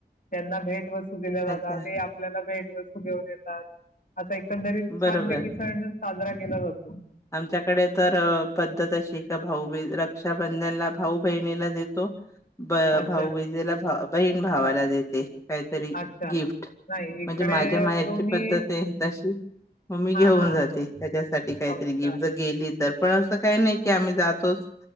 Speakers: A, on the left (about 55°); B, on the left (about 15°).
A: त्यांना भेट वस्तू. खूप दिले
B: अच्छा
A: जातात ते आपल्याला भेट वस्तू घेऊन येतात अस एकंदरीत
B: बरोबर
A: छानपैकी सगळे जण. साजरा केला जातो.
B: आमच्याकडे तर अ पद्धत अशी का भाऊबीज रक ''--'' रक्षाबंधनला भाऊ बहिणीला देतो ब
A: अच्छा,
B: भाऊ बीजेला भा ''--'' बहीण भावाला देते. काहीतरी
A: अच्छा.
B: गिफ्ट
A: नाही इकडे
B: म्हणजे माझ्या माहेरची
A: दोन्ही
B: पद्धत हाय तशी. मग मी घेऊन
A: हां, हां, हां.
B: जाते त्याच्यासाठी काहीतरी
A: अच्छा,
B: गिफ्ट जर गेली तर पण असं काही नाही की आम्ही जातोच